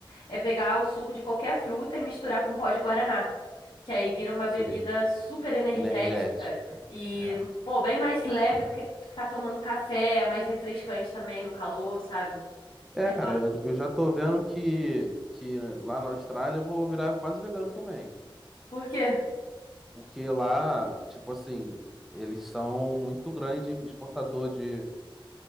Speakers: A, on the left; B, in the centre.
A: é pegar o suco de qualquer fruta e misturar com pó de guaraná, que aí vira uma
B: sei.
A: bebida super energética
B: Energético.
A: e,
B: É,
A: pô, bem mais leve do que ficar tomando café, é mais refrescante também no calor, sabe?
B: é
A: É,
B: cara, eu, eu já tô vendo que, que lá na Austrália eu vou virar quase vegano também.
A: por quê?
B: Porque lá, tipo assim, eles são muito grande exportador de